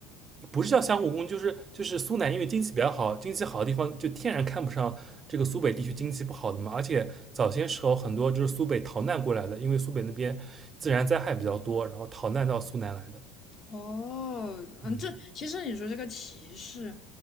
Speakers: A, on the right; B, on the left.
A: 不是叫相互攻，就是就是苏南因为经济比较好，经济好的地方就天然看不上这个苏北地区经济不好的嘛。而且早些时候很多就是苏北逃难过来的，因为苏北那边自然灾害比较多，然后逃难到苏南来的。
B: 哦，嗯，
A: 嗯，
B: 这其实你说这个歧视，